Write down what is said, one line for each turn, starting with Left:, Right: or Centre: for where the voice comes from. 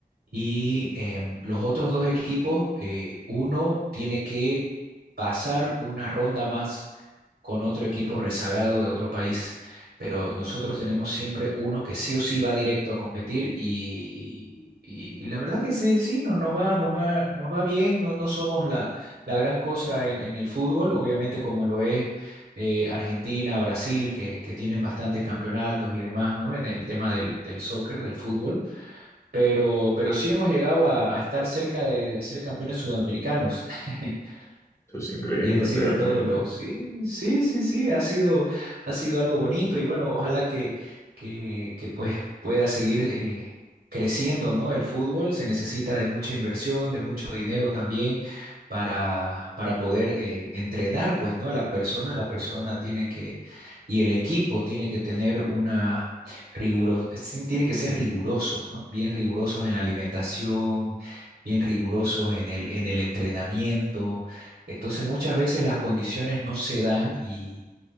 Right: Y em, los otros dos equipos, eh, uno tiene que pasar una ronda más con otro equipo rezagado de otro país, pero nosotros tenemos siempre uno que sí o sí va directo a competir y, y- y la verdad que sí, sí, no, nos va, nos va, nos va bien, no, no somos la, la gran cosa en, en el fútbol, obviamente como lo es eh, Argentina, Brasil, que, que tienen bastantes campeonatos y demás, ¿no? En el tema del, del soccer, del fútbol pero, pero sí hemos llegado a, a estar cerca de ser campeones sudamericanos. <laughs>
Left: Eso es increíble
Right: Es decir,
Left: realmente.
Right: de todos los, sí, sí, sí, sí, ha sido, ha sido algo bonito y bueno, ojalá que, que, que pues pueda seguir eh, creciendo, ¿no? El fútbol se necesita de mucha inversión, de mucho dinero también para, para poder eh, entrenar, pues, ¿no? A la persona, la persona tiene que, y el equipo tiene que tener una rigurosa, tienen que ser rigurosos, ¿no? Bien rigurosos en la alimentación, bien rigurosos en el, en el entrenamiento entonces muchas veces las condiciones no se dan y,